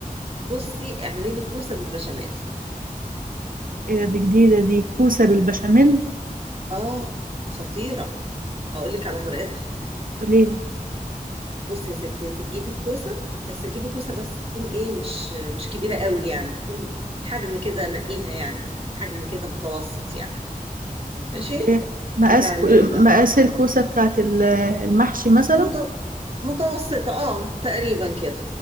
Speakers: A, on the right (about 40°); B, on the right (about 70°).
A: بصي اعملي كوسه بالبشاميل
B: ايه ده دي جديدة دي كوسة بالبشاميل
A: اه خطيره هقول لك على طريقتها
B: قوليلي
A: بصي يا ستي انت تجيبي الكوسه بس تجيبي كوسه بس تكون ايه مش مش كبيره قوي يعني تكون حجم كده نقيها يعني حجم كده متوسط يعني ماشي
B: إيه مقاس
A: وتعملي
B: كو...
A: بقى
B: مقاس الكوسة بتاعت ال- المحشي مثلا
A: مت... متوسطه اه تقريبا كده